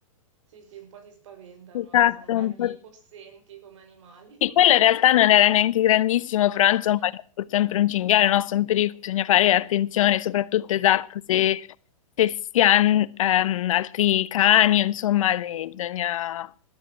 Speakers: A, on the right; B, on the left.
A: Sì, sì, un po' ti spaventano,
B: Esatto,
A: sono belli
B: un po'
A: possenti come animali.
B: Sì,
A: <laughs>
B: quello in realtà non era neanche grandissimo, però insomma,
A: Mhm.
B: è pur sempre un cinghiale, no? Sono pericoli, bisogna fare attenzione, soprattutto esatto,
A: Sì.
B: se, se si hanno ehm, altri cani, insomma, li- bisogna